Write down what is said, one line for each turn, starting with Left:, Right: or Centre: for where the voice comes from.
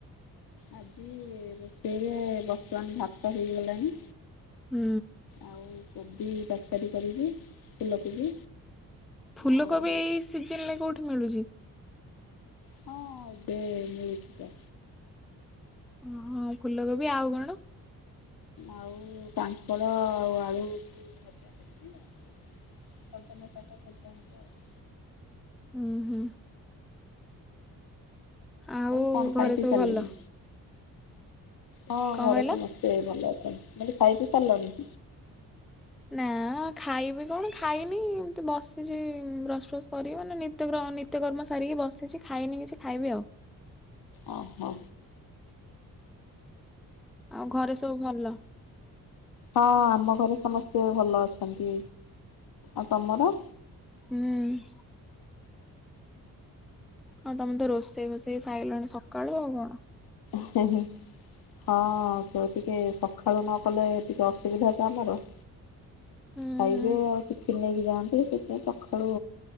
Left: ଆଜି ରୋଷେଇରେ ବର୍ତ୍ତମାନ ଭାତ ହେଇଗଲାଣି।
Centre: ହୁଁ।
Left: ଆଉ କୋବି ତରକାରୀ କରିବି। ଫୁଲକୋବି
Centre: ଫୁଲକୋବି
Left: ଆଉ ହଉଛି
Centre: ଏଇ ସିଜିନ ରେ କୋଉଠି ମିଳୁଚି?
Left: ହଁ, ଏବେ ମିଳୁଛି ତ।
Centre: ଓହଁ, ଫୁଲକୋବି ଆଉ କଣ?
Left: ଆଉ କାଙ୍କଡ଼ ଆଉ ଆଳୁକୁ ଭଜା କରିବି ଆଉ। ସଜନ ଶାଗ ଭଜା ହବ ଆଉ।
Centre: ଉଁ ହୁଁ। ଆଉ
Left: କଣ ଖାଇ
Centre: ଘରେ
Left: ପିଇ
Centre: ସବୁ
Left: ସାରିଲେଣି?
Centre: ଭଲ।
Left: ହଁ
Centre: କଣ
Left: ଘରେ
Centre: କହିଲ?
Left: ସମସ୍ତେ ଭଲ ଅଛନ୍ତି। ବୋଲେ ଖାଇ ପିଇ ସାରିଲଣି?
Centre: ନା ଖାଇବି କଣ ଖାଇନି ଏମିତି ବସିଚି ବ୍ରସ ଫ୍ରସ୍ କରିବି ମାନେ ନିିତ୍ୟ କ୍ରମ ନି ନିତ୍ୟ କର୍ମ ସାରିକି ବସିଚି ଖାଇନି କିଛି ଖାଇବି ଆଉ।
Left: ଓ ହୋ।
Centre: ଆଉ ଘରେ ସବୁ ଭଲ।
Left: ହଁ ଆମ ଘରେ ସମସ୍ତେ ଭଲ ଅଛନ୍ତି। ଆଉ ତମର?
Centre: ହୁଁ। ଆ ତମେ ତ ରୋଷେଇ ଫୋଷେଇ ସାଇଲଣି ସକାଳୁ ଆଉ କଣ।
Left: ହୁଁ ହୁଁ। ହଁ ସେ ଟିକେ ସଖାଳୁ ନ କଲେ ଟିକେ ଅସୁବିଧା ତ ଆମର।
Centre: ହୁଁ
Left: ଖାଇବେ
Centre: ହୁଁ
Left: ଆଉ ଟିଫିନ୍ ନେଇକି ଯାଆନ୍ତି। ସେଇଥି ପାଇଁ ସଖାଳୁ